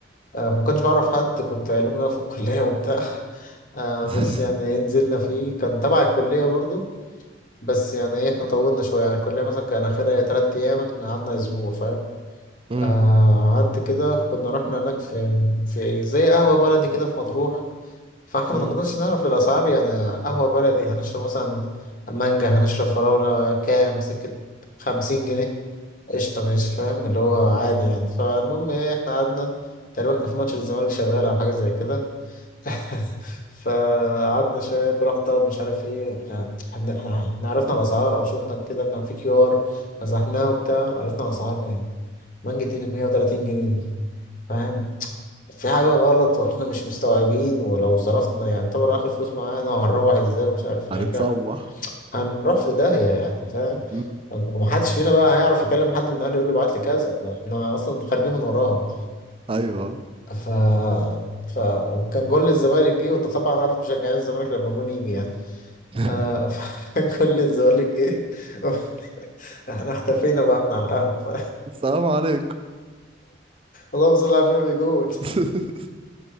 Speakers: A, on the left; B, on the right.
A: آه ما كنتش بعرف حد كنت علوم رياضة في الكلية <laughs> وبتاع آه
B: <laughs>
A: بس يعني إيه، نزلنا فيه كان تبع الكلية برضو بس يعني ايه احنا طولنا شوية يعني الكلية مثلا كان آخرها تلات أيام احنا قعدنا أسبوع فاهم
B: امم
A: آه قعدت كده كنا رحنا هناك في في إيه، زي قهوة بلدي كده في مطروح فاحنا
B: امم
A: ما كناش نعرف الأسعار يعني قهوة بلدي هنشرب مثلا مانجا هنشرب فراولة كام سكة خمسين جنيه قشطة ماشي فاهم اللي هو عادي يعني فالمهم ايه احنا قعدنا تقريبا كان في ماتش للزمالك شغال أو حاجة زي كده <laughs> فقعدنا شوية كل واحد طلب مش عارف ايه احنا احنا احنا عرفنا الأسعار أو شفنا كده كان في كيو آر مسحناه وبتاع عرفنا الأسعار ايه مانجا تقلب 130 جنيه دي فاهم في حاجة غلط واحنا مش مستوعبين ولو صرفنا يعني طبعا اخر فلوس معانا وهنروح ازاي ومش عارف ايه
B: هنتصوح
A: الحكاية هنروح في داهية يعني فاهم
B: امم
A: ومحدش فينا بقى هيعرف يكلم حد من اهله يقول له ابعت لي كذا ما احنا اصلا خارجين من وراهم
B: ايوه
A: ف فكان جول الزمالك جه وده طبعا عارف مشجعين الزمالك لما جون يجي يعني
B: <laughs>
A: آه <laughs> فجول الزمالك جه <laughs> احنا اختفينا بقى من على القهوة <laughs> ف...
B: السلام عليكم
A: اللهم صل على النبي جول
B: <laughs>